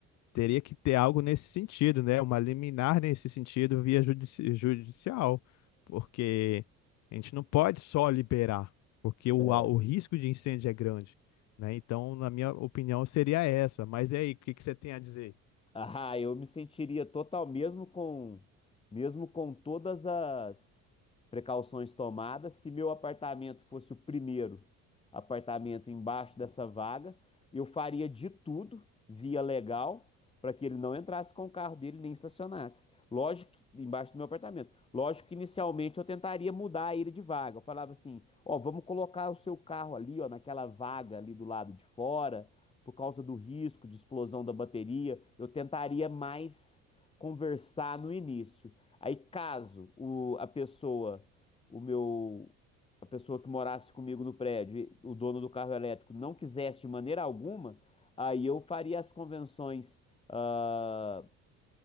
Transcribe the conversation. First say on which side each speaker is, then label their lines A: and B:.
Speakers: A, on the left (about 70°); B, on the left (about 20°).
A: teria que ter algo nesse sentido, né? Uma liminar nesse sentido via judici- judicial, porque a gente não pode só liberar, porque o,
B: É.
A: a- o risco de incêndio é grande, né? Então, na minha opinião, seria essa. Mas e aí, o que que você tem a dizer?
B: Ah, eu me sentiria total, mesmo com, mesmo com todas as precauções tomadas, se meu apartamento fosse o primeiro apartamento embaixo dessa vaga, eu faria de tudo, via legal, para que ele não entrasse com o carro dele nem estacionasse. Lógico, que- embaixo do meu apartamento. Lógico que inicialmente eu tentaria mudar ele de vaga. Eu falava assim, ó, vamos colocar o seu carro ali, ó, naquela vaga ali do lado de fora por causa do risco de explosão da bateria, eu tentaria mais conversar no início. Aí, caso o, a pessoa, o meu, a pessoa que morasse comigo no prédio, o dono do carro elétrico, não quisesse de maneira alguma, aí eu faria as convenções ah,